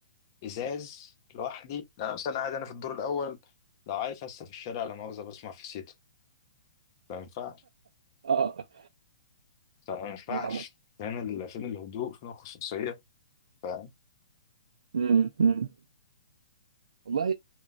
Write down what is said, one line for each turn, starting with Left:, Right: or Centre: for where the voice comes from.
Left: ازاز لوحدي لا مثلا قاعد انا في الدور الاول لو عايز هسه في الشارع لا مؤاخذه بسمع في سيتو ما ينفعش
Right: اه
Left: ما ينفعش
Right: آه.
Left: فين ال... فين الهدوء فين الخصوصيه فاهم
Right: مم. مم. والله